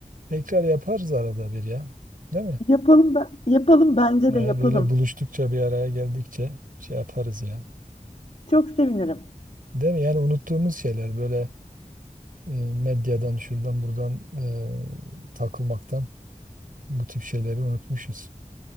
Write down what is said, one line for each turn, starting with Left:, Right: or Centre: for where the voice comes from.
Right: Tekrar yaparız arada bir ya, değil mi?
Left: Yapalım ben, yapalım bence
Right: Ee,
Left: de yapalım.
Right: böyle buluştukça bir araya geldikçe şey yaparız ya.
Left: Çok sevinirim.
Right: Değil mi? Yani unuttuğumuz şeyler böyle e, medyadan şuradan buradan e, takılmaktan bu tip şeyleri unutmuşuz.